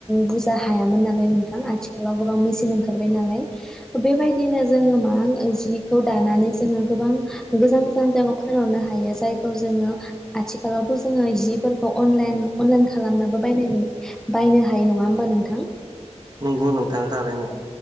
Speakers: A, in the centre; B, on the right.
A: बुरजा हायामोन नालाय नों आथिखालाव गोबां मेचन ओंखारबाय नालाय बेबायदिनो जोङो मा ओ जिखौ दानानै जोङो गोबां गोजान गोजान जायगायाव फानहरनो हायो जायखौ जोङो आथिखालावथ' जोङो जिफोरखौ आनलाइन अनलाइन खालामनाबो बायनाय नु बायनो हायो नङा होमबा नोंथां?
B: नोंगौ नोंथां थारै।
A: ओ